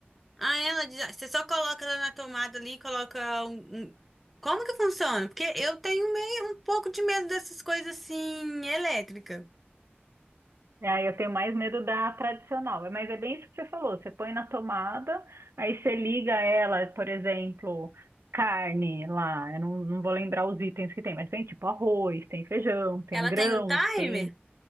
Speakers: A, in the centre; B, on the right.
A: Aí ela diz, ah, você só coloca ela na tomada ali, coloca um, um- Como que funciona? Porque eu tenho meio um pouco de medo dessas coisas assim, elétrica.
B: Ah, eu tenho mais medo da tradicional, É, mas é bem isso que você falou. Você põe na tomada, aí você liga ela, por exemplo, carne lá. Eu não, não vou lembrar os itens que tem, mas tem tipo arroz, tem feijão, tem
A: Ela
B: grãos,
A: tem um timer?
B: tem,